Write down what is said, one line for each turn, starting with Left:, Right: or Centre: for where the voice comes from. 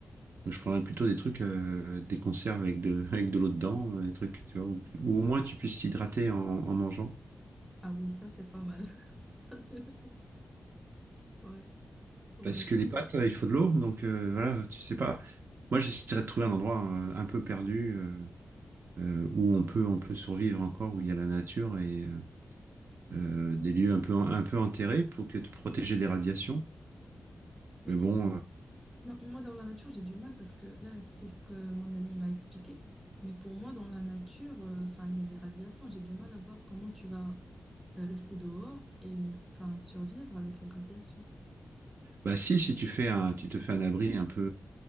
Right: Donc, je prendrais plutôt des trucs, euh, des conserves avec de, <laughs> avec de l'eau dedans, euh, des trucs, tu vois, où, où au moins tu puisses t'hydrater en, en mangeant.
Centre: Ah oui, ça, c'est pas mal. <laughs> Ça, c'est vrai. Ouais, ouais.
Right: Parce que les pâtes, euh, il faut de l'eau, donc euh, voilà, tu sais pas. Moi, j'essaierais de trouver un endroit euh, un peu perdu euh, euh, où on peut, on peut survivre encore, où il y a la nature et euh, euh, des lieux un peu, un peu enterrés pour que te protéger des radiations.
Centre: Mais
Right: Mais bon, euh,
Centre: ma- moi, dans la nature, j'ai du mal parce que là, c'est ce que mon ami m'a expliqué. Mais pour moi, dans la nature, euh, enfin, il y a les radiations. J'ai du mal à voir comment tu vas euh, rester dehors et ne- enfin, survivre avec les radiations.
Right: Bah si, si tu fais un, tu te fais un abri un peu,